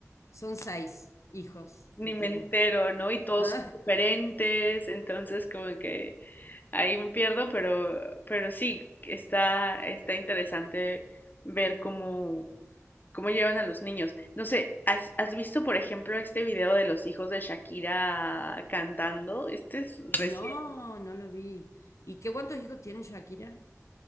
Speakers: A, on the left; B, on the left.
A: Son seis hijos
B: ni
A: que tiene.
B: me entero, ¿no? Y todos
A: Ah,
B: son diferentes, entonces como que ahí me pierdo, pero, pero sí, está, está interesante ver cómo, cómo llevan a los niños. No sé, ¿has, has visto, por ejemplo, este video de los hijos de Shakira cantando? Este es
A: no,
B: recién.
A: no lo vi. ¿Y qué cuántos hijos tiene Shakira?